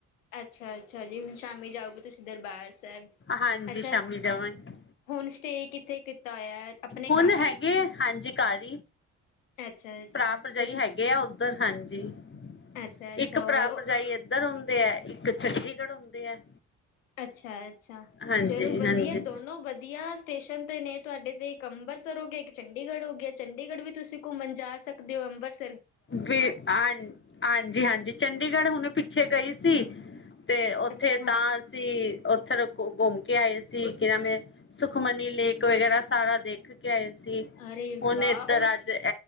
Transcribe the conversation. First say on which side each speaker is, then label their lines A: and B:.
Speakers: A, on the left; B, on the left.
A: ਅੱਛਾ -ਅੱਛਾ ਜੀ ਹੁਣ ਸ਼ਾਮੀ ਜਾਓਗੇ ਤੁਸੀਂ ਦਰਬਾਰ ਸਾਹਿਬ
B: ਹਾਂਜੀ
A: ਅੱਛਾ
B: ਸ਼ਾਮੀ ਜਾਵਾਂਗੇ
A: ਹੋਨ ਸਟੇ ਕਿੱਥੇ ਕੀਤਾ ਹੋਇਆ। ਆਪਣੇ
B: ਹੁਣ
A: ਘਰ ਹੀ?
B: ਹੈਗੇ ਹਾਂਜੀ ਘਰ
A: ਅੱਛਾ-ਅੱਛਾ
B: ਭਰਾ ਭਰਜਾਈ
A: ਤੇ
B: ਹੈਗੇ ਆ ਉੱਧਰ ਹਾਂਜੀ <inaudible>
A: ਅੱਛਾ-ਅੱਛਾ
B: ਇੱਕ ਭਰਾ
A: ਔਰ
B: ਭਰਜਾਈ ਏਧਰ ਹੁੰਦੀ ਤੇਹੈ। ਇਕ ਚੰਡੀਗੜ੍ਹ ਹੁੰਦੀ ਹੈ।
A: ਅੱਛਾ- ਅੱਛਾ
B: ਹਾਂਜੀ
A: ਚਲੋ ਵਧੀਆ
B: ਹਾਂਜੀ
A: ਦੋਨੋ ਵਧੀਆ ਸਟੇਸ਼ਨ ਤੇ ਨੇ ਤੁਹਾਡੇ ਇੱਕ ਅੰਮ੍ਰਰਤਸਰ ਹੋ ਗਿਆ ਇੱਕ ਚੰਡੀਗੜ੍ਹ ਹੋ ਗਿਆ ਚੰਡੀਗੜ੍ਹ ਵੀ ਤੁਸੀਂ ਘੁੰਮਣ ਜਾ ਸਕਦੇ ਹੋ। ਅੰਮ੍ਰਰਤਸਰ
B: ਵੀ ਹਾਂ ਹਾਂਜੀ- ਹਾਂਜੀ ਚੰਡੀਗੜ੍ਹ ਹੁਣੇ ਪਿੰਡ ਪਿੱਛੇ ਗਈ ਸੀ ਤੇ ਉੱਥੇ
A: ਅੱਛਾ
B: ਤਾਂ ਅਸੀ ਉਥੇ ਘੁੰਮ ਕੇ ਆਏ ਸੀ ਕਿ ਨਵੇਂ ਸੁਖਮਨੀ ਲੇਕ ਵਗੈਰਾ ਸਾਰਾ ਦੇਖ ਕੇ ਆਏ ਸੀ
A: ਅਰੇ
B: ਹੁਣ
A: ਵਾਹ
B: ਇਧਰ
A: ਉਹ
B: ਅੱਜ